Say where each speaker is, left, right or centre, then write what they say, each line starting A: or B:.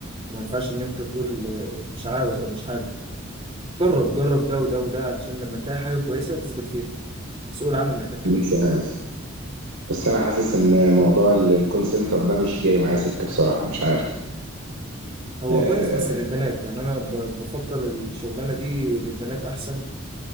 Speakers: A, on the right (about 25°); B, on the right (about 80°).
A: ما ينفعش ان انت تقول آه، مش عاوز او مش حابب جرب جرب ده وده وده علشان لما تلاقي حاجة كويسة تثبت فيها سوق العمل محتاج كده
B: مش عارف بس انا حاسس ان موضوع ال- الكول سنتر ده مش جاي معايا سكه بصراحه مش عارف
A: هو
B: آه
A: كويس بس للبنات يعني انا ب- بفضل الشغلانة دي للبنات احسن